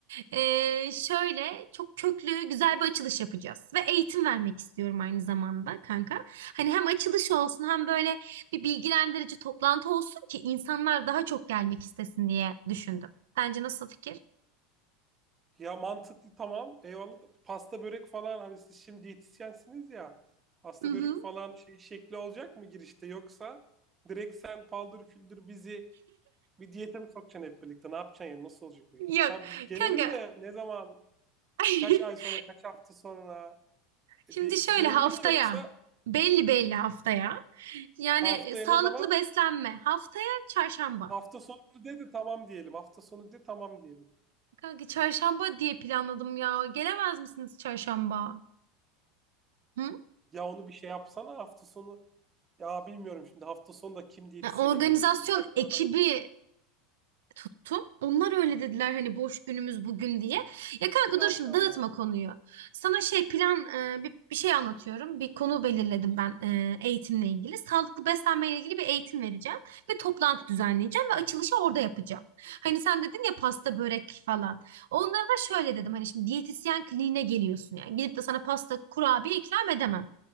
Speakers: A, on the right (about 85°); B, on the right (about 20°).
A: Ee, şöyle çok köklü güzel bir açılış yapacağız ve eğitim vermek istiyorum aynı zamanda kanka. Hani hem açılış olsun hem böyle bir bilgilendirici toplantı olsun ki insanlar daha çok gelmek istesin diye düşündüm. Bence nasıl fikir?
B: Ya mantıklı tamam. Eyvallah. Pasta börek falan hani siz şimdi diyetisyensiniz ya. Pasta
A: Hı hı.
B: börek falan şey şekli olacak mı girişte yoksa direkt sen paldır küldür bizi bir diyete mi sokacaksın hep birlikte? Ne yapacaksın ya? Nasıl olacak o iş?
A: Yok
B: Tam biz gelelim
A: kanka.
B: de ne zaman?
A: <laughs>
B: Kaç ay sonra, kaç hafta sonra?
A: Şimdi
B: E, Bir
A: şöyle
B: belli
A: haftaya
B: mi yoksa
A: belli belli haftaya. Yani
B: haftaya
A: e, sağlıklı
B: ne zaman?
A: beslenme. Haftaya çarşamba.
B: Hafta sonu dedi tamam diyelim. Hafta sonu de tamam diyelim.
A: Kanka çarşamba diye planladım ya. Gelemez misiniz çarşamba? Hı?
B: Ya onu bir şey yapsana hafta sonu. Ya bilmiyorum şimdi hafta sonu da kim diyetisyene
A: Ya, organizasyon
B: gelir şimdi. Belki orada
A: ekibi tuttum. Onlar öyle dediler hani boş günümüz bugün diye. Ya kanka
B: Çarşamba.
A: dur şimdi dağıtma konuyu. Sana şey plan e, bir, bir şey anlatıyorum. Bir konu belirledim ben e, eğitimle ilgili. Sağlıklı beslenmeyle ilgili bir eğitim vereceğim ve toplantı düzenleyeceğim ve açılışı orada yapacağım. Hani sen dedin ya pasta börek falan. Onlara da şöyle dedim hani şimdi diyetisyen kliniğine geliyorsun yani. Gidip de sana pasta kurabiye ikram edemem.